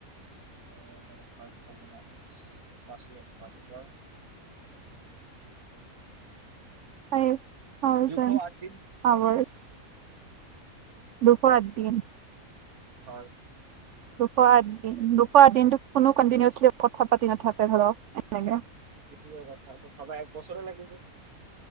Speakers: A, on the right; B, on the right.
A: উম ফাইব থাউজেণ্ড আৱাৰছ পাঁচ হাজাৰ পাঁচ হাজাৰ
B: হয় থাউজেণ্ড
A: দুশ আঠ দিন
B: আৱাৰছ দুশ আটদিন
A: হয়
B: দুশ আটদিন দুশ আটদিনটো কোনো কনটিনিউ কথা পাতি নাথাকে ধৰক এনেকে
A: সেইটোৱে কথা ত ভাবা এক বছৰে লাগিব